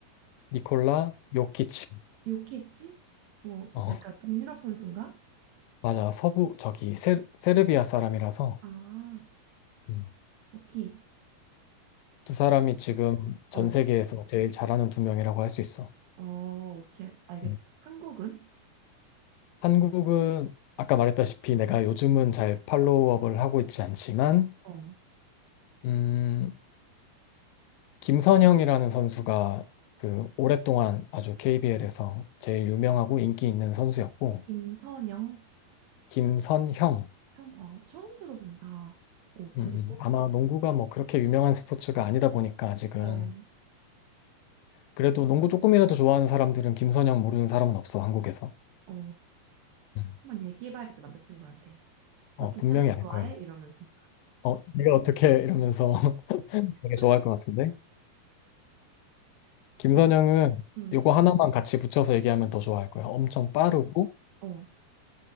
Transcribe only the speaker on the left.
니콜라 요키치.
어,
맞아. 서부 저기 세, 세르비아 사람이라서
음,
두 사람이 지금 전
세계에서 제일 잘하는 두 명이라고 할 수 있어.
음.
한국은 아까 말했다시피 내가 요즘은 잘 팔로우업을 하고 있지 않지만
음, 김선형이라는 선수가 그 오랫동안 아주 KBL에서 제일 유명하고 인기 있는 선수였고
김선형
음, 음. 아마 농구가 뭐 그렇게 유명한 스포츠가 아니다 보니까 아직은
그래도 농구 조금이라도 좋아하는 사람들은 김선형 모르는 사람은 없어 한국에서
음.
어
분명히 알
거야
어 네가 어떻게 이러면서 <laughs> 되게
좋아할 것 같은데 김선형은
요거 하나만 같이 붙여서 얘기하면 더 좋아할 거야 엄청 빠르고